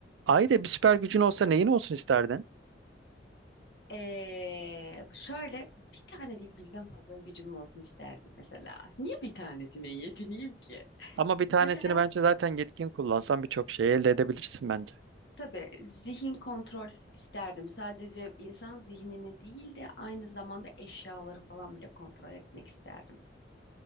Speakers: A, on the right; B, on the left.
A: Ayda bir süper gücün olsa neyin olsun isterdin?
B: Ee, şöyle bir tane değil birden fazla gücüm olsun isterdim mesela. Niye bir tanesine yetineyim ki?
A: Ama bir tanesini
B: Mesela
A: bence zaten yetkin kullansan birçok şeyi elde edebilirsin bence.
B: tabii zihin kontrol isterdim. Sadece insan zihnini değil de aynı zamanda eşyaları falan bile kontrol etmek isterdim.